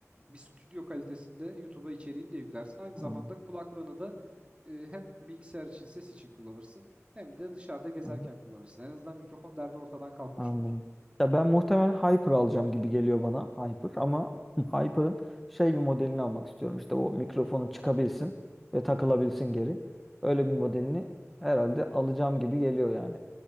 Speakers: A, on the right; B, in the centre.
A: Bir stüdyo kalitesinde YouTube'a içeriğini de yüklersin. Aynı
B: Anladım.
A: zamanda kulaklığını da e, hem bilgisayar için ses için kullanırsın hem de dışarıda gezerken
B: Hı hı.
A: kullanırsın. En azından mikrofon derdi ortadan kalkmış
B: Anladım.
A: olur.
B: Ya ben muhtemelen Hyper alacağım gibi geliyor bana. Hyper ama <laughs> Hyper'ın şey bir modelini almak istiyorum. İşte o mikrofonu çıkabilsin ve takılabilsin geri. Öyle bir modelini herhalde alacağım gibi geliyor yani.